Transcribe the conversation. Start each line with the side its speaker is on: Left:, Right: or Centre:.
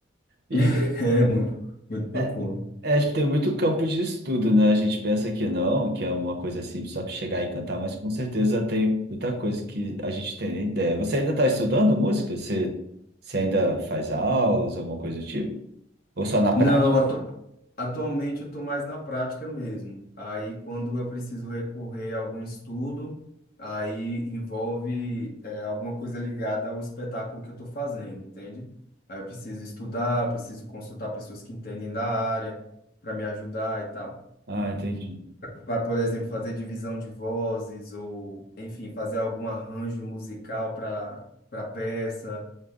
Right: E
Left: <laughs> É muito, muito profundo.
Right: é, É, acho que tem muito campo de estudo, né? A gente pensa que não, que é uma coisa simples só chegar e cantar, mas com certeza tem muita coisa que a gente tem nem ideia. Você ainda está estudando música? Você, você ainda faz aulas, alguma coisa do tipo? Ou só na prática?
Left: Não, atu- atualmente eu estou mais na prática mesmo. Aí, quando eu preciso recorrer a algum estudo, aí envolve é, alguma coisa ligada ao espetáculo que eu estou fazendo, entende? Aí eu preciso estudar, preciso consultar pessoas que entendem da área para me ajudar e tal.
Right: Ah, entendi.
Left: Para, por exemplo, fazer divisão de vozes ou, enfim, fazer algum arranjo musical para para peça.